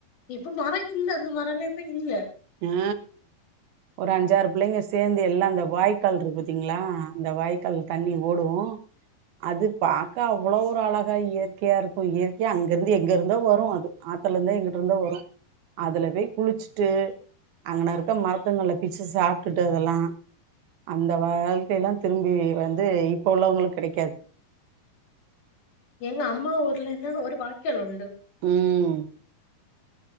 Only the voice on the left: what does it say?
இப்ப மரோ இல்ல அந்த மரோல்லா இப்ப இல்ல
எங்க அம்மா ஊர்லன்னா ஒரு வாய்க்கால் உண்டு